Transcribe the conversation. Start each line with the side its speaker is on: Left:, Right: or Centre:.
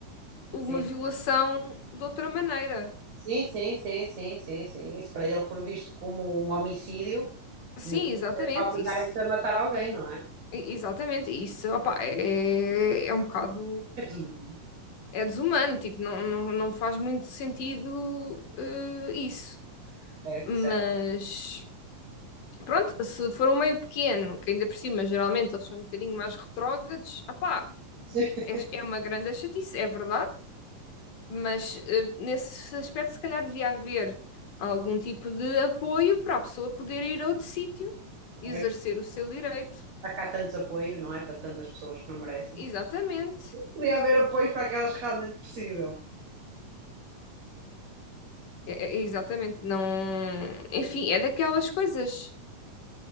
Left: uma
Right: sim.
Left: violação de outra maneira.
Right: Sim, sim, sim, sim, sim, sim. Isso para ele for visto como um homicídio,
Left: Sim,
Right: mas não
Left: exatamente,
Right: é obrigarem-te
Left: isso.
Right: a matar alguém, não é?
Left: E- Exatamente, isso, opá, é, é um bocado,
Right: É desumano.
Left: é desumano, tipo, não, não, não faz muito sentido eh, isso,
Right: Certo,
Left: mas
Right: certo.
Left: pronto, se for um meio pequeno, que ainda por cima geralmente eles são um bocadinho mais retrógrados, opá,
Right: <laughs>
Left: é, é uma grande chatice, é verdade, mas eh, nesse aspecto se calhar devia haver algum tipo de apoio para a pessoa poder ir a outro sítio
Right: Certo.
Left: e exercer o seu direito,
Right: Há cá tantos apoios, não é? Para tantas pessoas que não merecem.
Left: exatamente.
Right: Podia haver apoios para aquelas que realmente precisam.
Left: É- é- exatamente, não. Enfim, é daquelas coisas